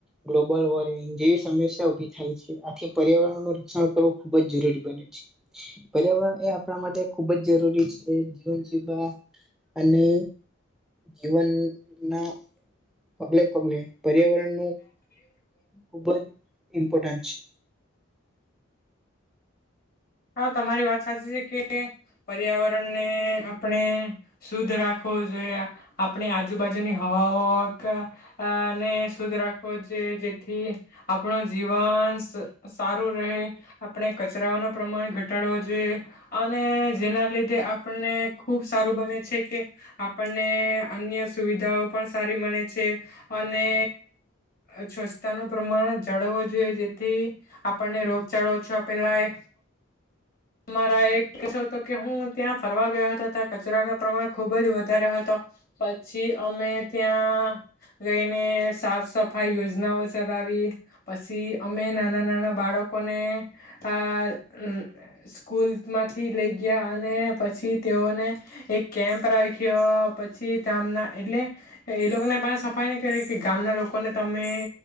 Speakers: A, in the centre; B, on the left.
A: ગ્લોબલ વોર્મિંગ જેવી સમસ્યા ઉભી થાય છે. આથી પર્યાવરણનું રક્ષણ કરવું ખુબ જ જરૂરી બન્યું છે. પર્યાવરણ એ આપણા માટે ખૂબ જ જરૂરી છે. જીવન જીવવા અને જીવનના પગલે-પગલે પર્યાવરણ નુ ખૂબ જ ઈમ્પોર્ટન્ટ છે.
B: હા તમારી વાત સાચી છે કે પર્યાવરણને આપણે શુદ્ધ રાખવો જોઈએ. આપણે આજુબાજુની હવાઓ ક અ ને શુદ્ધ રાખવો જોઈએ જેથી આપણ જીવન સ સારું રહે આપણે કચરાઓનો પ્રમાણ ઘટાડવો જોઈએ અને જેના લીધે આપણને ખૂબ સારું બને છે કે આપણને અન્ય સુવિધાઓ પણ સારી મળે છે અને સ્વચ્છતાનું પ્રમાણ જાળવું જોઈએ જેથી આપણને રોગચાળો ઓછો ફેલાય અમારા એક કે છો કે હતો કે હું ત્યાં ફરવા ગયો હતા ત્યાં કચરા નો પ્રમાણ ખુબ જ વધારરે હતો પછી અમે ત્યાં ગઈને સાફ સફાઈ યોજનાઓ ચલાવી પસી અમે નાના-નાના બાળકોને આ અ સ્કૂલમાંથી લઈ ગયા અને પછી તેઓને એક કેમ્પ રાખ્યો પછી તામના એટલે એ લોકોને પણ સફાઈ નહીં કરી કે ગામના લોકોને તમે